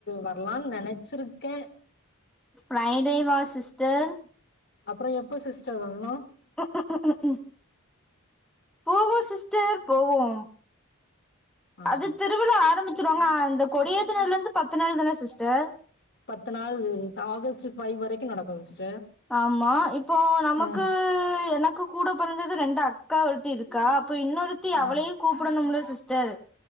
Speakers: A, on the left; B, in the centre.
A: வரலான்னு நினைச்சிருக்கே
B: ஃப்ரைடே வா சிஸ்டர்
A: அப்புறம் எப்ப சிஸ்டர் வரணு
B: ஆ ஆ ஆ ஆ ஆ போவோம் சிஸ்டர் போவோம்
A: ஆ
B: அது திருவிழா ஆரம்பிச்ச வாங்க அந்த கொடிய ஏத்துநனனதுலருந்து பத்து நாள் தானே சிஸ்டர்
A: பத்து நாள் ஆகஸ்ட் ஃபைவ் வரைக்கு நடக்கு சிஸ்டர்
B: ஆமா இப்போ நமக்கு
A: ம்
B: எனக்கு கூட பிறந்தது ரெண்டு அக்கா ஒருத்தி இருக்கு கா இப்ப இன்னொருத்தி
A: ஆ
B: அவளையு கூப்பிடணுலோ சிஸ்டர்